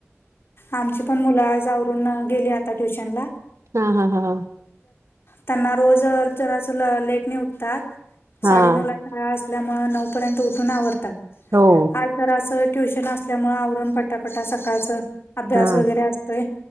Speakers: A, on the left (about 55°); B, on the right (about 85°).
A: आमची पण मुलं आज आवरून गेली आता ट्युशनला.
B: हा हा हा
A: त्यांना रोज जरास लेटनं उठतात साडे
B: हा
A: नऊ ला. शाळा असल्यामुळे नऊ पर्यंत उठून आवरतात,
B: हो
A: आज जराअस ट्युशन आसल्या. त्यामुळे आवरून पटापटा सकाळचंऽ अभ्यास
B: हा
A: वगैरे असतोय,